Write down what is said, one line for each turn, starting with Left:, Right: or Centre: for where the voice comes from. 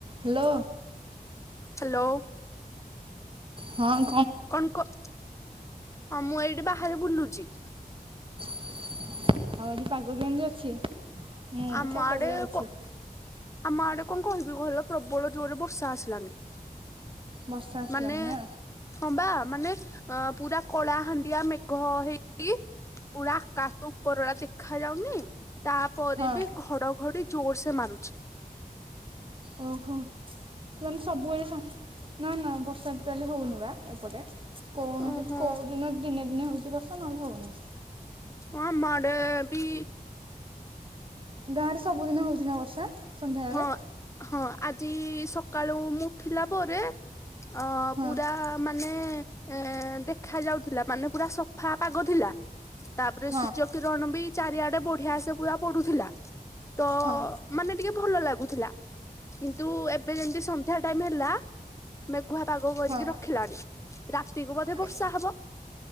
Right: Hello.
Left: Hello.
Right: ହଁ।
Left: କଣ କ ମୁଁ ଏଇଠି ବାହାରେ ବୁଲୁଚି।
Right: ଆଉ ଆଜି ପାଗ କେମତି ଅଛି? ମୁଁ
Left: ଆମ
Right: ବି ଛାତ
Left: ଆଡେ
Right: ଉପରେ ଅଛି।
Left: କ ଆମ ଆଡେ କଣ କହିବି ଭଲ ପ୍ରବଳ ଜୋରରେ ବର୍ଷା ଆସିଲାନି।
Right: ବର୍ଷା ଆସିଲାଣି
Left: ମାନେ
Right: ନା
Left: ହଁ ବା। ମାନେ ଅ ପୁରା କଳା ହାଣ୍ଡିଆ ମେଘ ହେଇକି ପୁରା ଆକାଶ ଉପରଡା ଦେଖା ଯାଉନି। ତାପରେ
Right: ହଁ
Left: ବି ଘଡଘଡି ଜୋର୍ ସେ ମାରୁଚି।
Right: ଓହୋ। ମାନେ ସବୁବେଳେ ସ ନାହିଁ ନାହିଁ। ବର୍ଷା ଟୋଟାଲେ ହଉନି ବା ଏପଟେ। କଣ
Left: ଓହୋ
Right: ଯଦି କୋଉ ଦିନ ଦିନେ ଦିନେ ହଉଚି ବର୍ଷା ନହେଲେ ହଉନି।
Left: ହଁ ଆମ ଆଡେ ବି
Right: ଗାଁ ରେ ସବୁଦିନ ହୋଉଚି ନା ବର୍ଷା? ସନ୍ଧ୍ୟାବେଳେ
Left: ହଁ ହଁ ଆଜି ସକାଳୁ ମୁଁ ଉଠିଲା ପରେ ଅ
Right: ହଁ
Left: ପୁରା ମାନେ ଏ ଦେଖ ଯାଉଥିଲା ମାନେ ପୁରା ସଫା ପାଗ ଥିଲା। ତାପରେ
Right: ହଁ
Left: ସୂର୍ଯ୍ୟ କିରଣ ବି ଚାରିଆଡେ ବଢିଆ ସେ ପୁରା ପଡୁଥିଲା ତ
Right: ହଁ
Left: ମାନେ ଟିକେ ଭଲ ଲାଗୁଥିଲା କିନ୍ତୁ ଏବେ ଯେମିତି ସନ୍ଧ୍ୟା ଟାଇମ ହେଲା ମେକୁୁଆ ପାଗ କରିକି
Right: ହଁ
Left: ରଖିଲାଣି ରାତିକୁ ବୋଧେ ବର୍ଷା
Right: ଏ-
Left: ହବ?